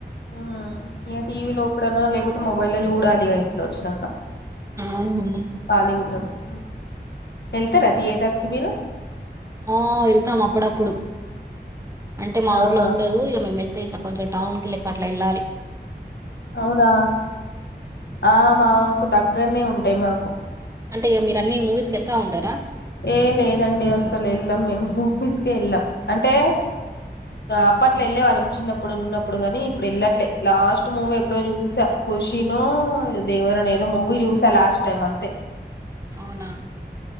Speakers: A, on the left; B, on the right.
A: ఆ టీవీ లో ఇప్పుడనో లేకపోతే మొబైల్లో నో చూడాలిగా ఇంట్లో వచ్చినాక
B: అవును
A: కాలిగున్నప్పుడు వెళ్తారా థియేటర్స్ కి మీరు
B: ఆ వెళ్తాం అప్పుడప్పుడు అంటే మా
A: అవునా
B: ఊర్లో ఉండదు ఇక మేము వెళ్ <unintelligible> తియాల్ల కొంచెం టౌన్ కి అట్ల వెళ్లాలి
A: అవునా ఆ మాకు దగ్గరనే ఉంటాయి మాకు
B: అంటే మీరు అన్ని మూవీస్ కి వెళ్తా ఉంటారా
A: ఏ లేదండి అసలు వెళ్ళాం మేము మూవిస్ వెళ్ళాం అంటే అప్పట్లో వెళ్ళే వాళ్ళం చిన్నప్పుడు ఉన్నప్పుడు కాని ఇప్పుడు వెళ్ళట్లే లాస్ట్ మూవీ ఎప్పుడో చూసా ఖుషినో దేవరనో ఏదో మూవీ చూసా లాస్ట్ టైం అంతే
B: అవునా